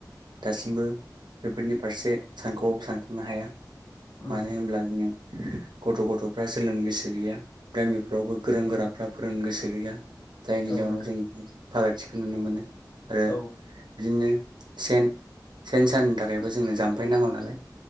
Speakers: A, on the right (about 70°); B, on the left (about 45°).
A: दासिमबो बेफोरनि फारसे सानखबाबो सानखनो हाया।
B: उम
A: मानो हमब्ला जोङो गथ' गथ'फोरा सोलोंनो गोसो गैया गामिफ्रावबो गोरों गोराफ्रा फोरोंनो गोसो गैया। जायनि
B: औ
A: जाहोनाव
B: नोंथां
A: जों फारागथिखौ नुनो मोनो। आरो
B: औ
A: बिदिनो सेन सेन सानो थाखायबो जोंनो जाम्फै नांगौ नालाय